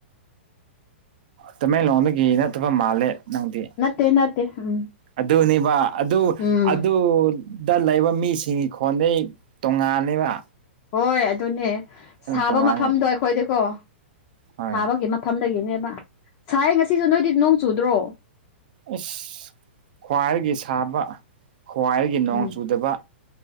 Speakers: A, on the right (about 45°); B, on the left (about 30°).
A: ꯇꯃꯦꯡꯂꯣꯡꯗꯒꯤ ꯅꯠꯇꯕ ꯃꯥꯂꯦ ꯅꯪꯗꯤ
B: ꯅꯠꯇꯦ ꯅꯠꯇꯦ ꯎꯝ
A: ꯑꯗꯨꯅꯦꯕ ꯑꯗꯨ
B: ꯎꯝ
A: ꯑꯗꯨꯗ ꯂꯩꯕ ꯃꯤꯁꯤꯡ ꯈꯣꯟꯗꯩ ꯇꯣꯉꯥꯂ‌ꯦꯕ
B: ꯍꯣꯏ ꯑꯗꯨꯅꯦ ꯁꯥꯕ
A: ꯇꯣꯉꯥꯟꯅꯤ
B: ꯃꯐꯝꯗꯣ ꯑꯩꯈꯣꯏꯗꯤꯀꯣ
A: ꯍꯣꯏ
B: ꯁꯥꯕꯒꯤ ꯐꯝꯗꯒꯤꯅꯦꯕ ꯁꯥꯏ ꯉꯁꯤꯁꯨ ꯅꯣꯏꯗꯤ ꯅꯣꯡ ꯆꯨꯗ꯭ꯔꯣ
A: ꯑꯁ ꯈ꯭ꯋꯥꯏꯗꯒꯤ ꯁꯥꯕ ꯈ꯭ꯋꯥꯏꯗꯒꯤ ꯅꯣꯡ
B: ꯎꯝ
A: ꯆꯨꯗꯕ